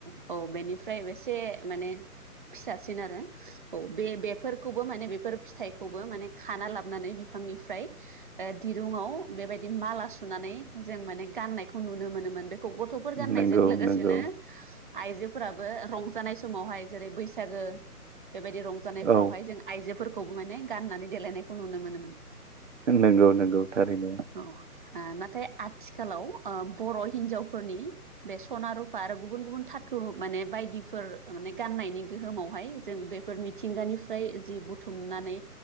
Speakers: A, on the right (about 35°); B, on the right (about 50°).
A: औ औ बेनिफ्राय एसे माने फिसासिन आरो औ बे बेफोरखौबो माने बेफोर फिथाइखौबो माने खाना लाबोनानै बिफां निफ्राय दिरुंङाव बेबायदि माला सुनानै जों माने गाननायखौ नुनो मोनो बेखौ गथ'फोर गाननायजों
B: नंगौ
A: लोगोसेनो
B: नंगौ
A: आइजोफोराबो रंजानाय समावहाय जेरै बैसागो बेबायदि रंजानायफ्रावहाय
B: औ
A: जों आइजोफोरखौबो माने गाननानै देलायनायखौ नुनो मोनोमोन।
B: नंगौ नंगौ थारैनो।
A: औ नाथाय आथिखालाव ओ बर' हिनजावफोरनि बे सना रुफा आरो गुबुन गुबुन था थु माने बायदिफोर माने गाननायनि गोहोमावहाय जों बेफोर मिथिंगानिफ्राय जि बुथुम नानै